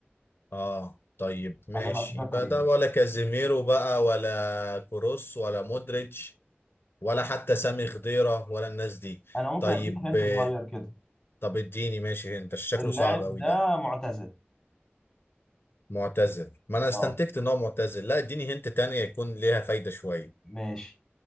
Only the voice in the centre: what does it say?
على ما اتذكر
يعني
انا ممكن
اديك هنت
صغير كده
اللاعب
ده
معتزل
اه
ماشي